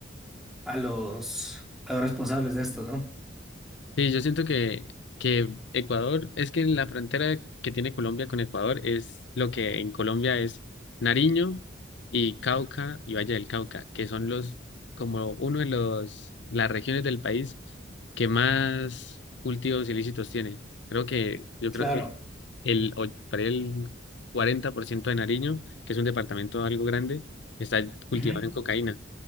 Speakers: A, in the centre; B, on the left.
A: a los, a los responsables de esto, ¿no?
B: Sí, yo siento que, que Ecuador, es que la frontera que tiene Colombia con Ecuador es lo que en Colombia es Nariño y Cauca y Valle del Cauca, que son los, como uno de los, las regiones del país que más cultivos ilícitos tiene. Creo que, yo
A: Claro.
B: creo que el, o- para el 40% de Nariño, que es un departamento algo grande, está cultivado
A: Ujú.
B: en cocaína.